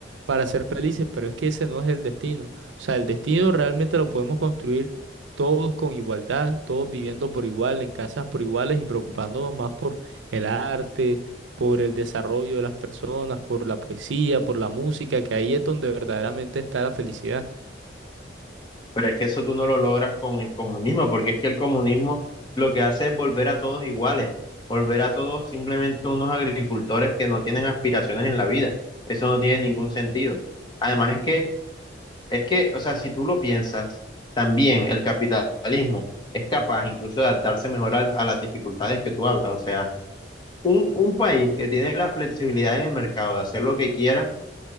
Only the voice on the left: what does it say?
Pero es que eso tú no lo logras con el comunismo, porque es que el comunismo lo que hace es volver a todos iguales, volver a todos simplemente unos agricultores que no tienen aspiraciones en la vida. Eso no tiene ningún sentido. Además es que, es que, o sea, si tú lo piensas, también el capitalismo es capaz incluso de adaptarse mejor a, a las dificultades que tú hablas. O sea, un, un país que tiene la flexibilidad en el mercado de hacer lo que quiera